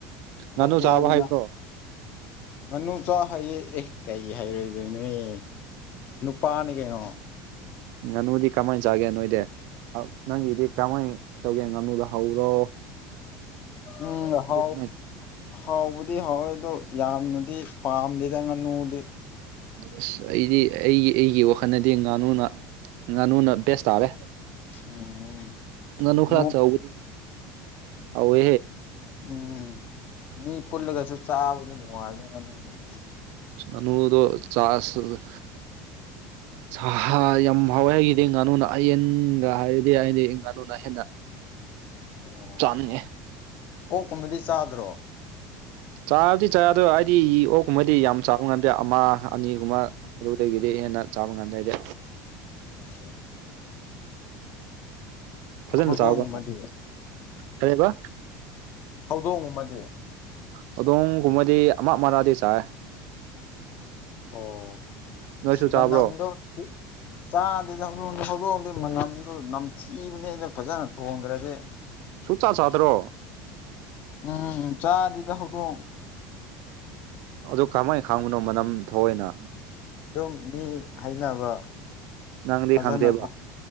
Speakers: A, on the right; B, on the left.
A: ꯉꯥꯅꯨ
B: ꯂꯣꯀꯦꯜ
A: ꯆꯥꯕ ꯍꯥꯏꯕ꯭ꯔꯣ
B: ꯉꯥ ꯉꯥꯅꯨ ꯆꯥ ꯍꯩꯌꯦ ꯑꯦ ꯀꯩꯒꯤ ꯍꯩꯔꯣꯏꯗꯣꯏꯅꯣꯑꯦ ꯅꯨꯄꯥꯅꯤ ꯀꯩꯅꯣ
A: ꯉꯥꯅꯨꯗꯤ ꯀꯃꯥꯏ ꯆꯥꯒꯦ ꯅꯣꯏꯗꯤ <unintelligible> ꯅꯪꯒꯤꯗꯤ ꯀꯃꯥꯏ ꯇꯧꯒꯦ ꯉꯥꯅꯨꯗꯣ ꯍꯥꯎꯕꯔꯣ꯫
B: ꯎꯝ ꯍꯥꯎ
A: ꯀꯃꯥꯏꯅ
B: ꯍꯥꯎꯕꯗꯤ ꯍ <unintelligible> ꯍꯥꯎꯋꯦꯗꯣ ꯌꯥꯝꯅꯗꯤ ꯄꯥꯝꯗꯦꯗ ꯉꯥꯅꯨꯗꯤ
A: ꯑꯁ ꯑꯩꯗꯤ ꯑꯩꯒꯤ ꯑꯩꯒꯤ ꯋꯥꯈꯟꯅꯗꯤ ꯉꯥꯅꯨꯅ ꯉꯥꯅꯨꯅ ꯕꯦꯁ ꯇꯥꯔꯦ
B: ꯎꯝ
A: ꯉꯥꯅꯨ ꯈꯔ
B: ꯅꯨ
A: ꯆꯥꯎꯗꯤ ꯍꯥꯎꯋꯦ
B: ꯎꯝ ꯃꯤ ꯄꯨꯜꯂꯒ ꯆꯥꯛ ꯆꯥꯕꯗ ꯅꯨꯡꯉꯥꯏꯕꯅꯦ ꯉꯥꯅꯨꯗꯤ
A: ꯉꯥꯅꯨꯗꯣ ꯆꯥꯁꯤ <unintelligible>
B: <inaudible>
A: ꯁꯥ ꯌꯥꯝ ꯍꯥꯎꯋꯦ ꯑꯩꯒꯤꯗꯤ ꯉꯥꯅꯨꯅ ꯌꯦꯟꯗ ꯍꯥꯏꯔꯗꯤ ꯑꯩꯗꯤ ꯉꯥꯅꯨꯅ ꯍꯦꯟꯅ
B: ꯑꯣ
A: ꯆꯥꯅꯤꯡꯉꯦ
B: ꯑꯣꯛ ꯀꯨꯝꯕꯗꯤ ꯆꯥꯗ꯭ꯔꯣ
A: ꯆꯥꯕꯗꯤ ꯆꯥꯏ ꯑꯗꯣ ꯍꯥꯏꯗꯤ ꯑꯣꯛꯀꯨꯝꯕꯗꯤ ꯌꯥꯝ ꯆꯥꯕ ꯉꯝꯗꯦ ꯑꯃ ꯑꯅꯤꯒꯨꯝꯕ ꯑꯗꯨꯗꯒꯤꯗꯤ ꯍꯦꯟꯅ ꯆꯥꯕ ꯉꯝꯗꯦ ꯑꯩꯗꯤ
B: ꯎꯝ <unintelligible>
A: ꯐꯖꯅ
B: ꯍꯧꯗꯣꯡꯒꯨꯝꯕꯗꯤ
A: ꯆꯥꯕ ꯀꯔꯤꯕ
B: ꯍꯧꯗꯣꯡꯒꯨꯝꯕꯗꯤ
A: ꯍꯧꯗꯣꯡꯒꯨꯝꯕꯗꯤ ꯑꯃ ꯃꯔ꯭ꯥꯗꯤ ꯆꯥꯏ
B: ꯑꯣ <unintelligible>
A: ꯅꯣꯏꯁꯨ ꯆꯥꯕ꯭ꯔꯣ
B: ꯃꯅꯝꯗꯣ ꯆꯥꯗꯦꯗ ꯍꯧꯗꯣꯡ ꯍꯧꯗꯣꯡꯗꯤ ꯃꯅꯝꯗꯨ ꯅꯝꯊꯤꯕꯅꯦꯅ ꯐꯖꯅ ꯊꯣꯡꯗꯔ꯭ꯗꯤ
A: ꯁꯨꯛ ꯆꯥ ꯆꯥꯗꯔꯣ
B: ꯎꯝ ꯆꯥꯗꯤꯗ ꯍꯧꯗꯣꯡ
A: ꯑꯗꯨ ꯀꯃꯥꯏ ꯈꯥꯡꯕꯅꯣ ꯃꯅꯝ ꯊꯣꯑꯦꯅ
B: ꯑꯗꯨꯝ ꯃꯤ ꯍꯥꯏꯅꯕ
A: ꯅꯪꯗꯤ
B: ꯐꯖꯅ
A: ꯈꯪꯗꯦꯕ
B: ꯊꯣ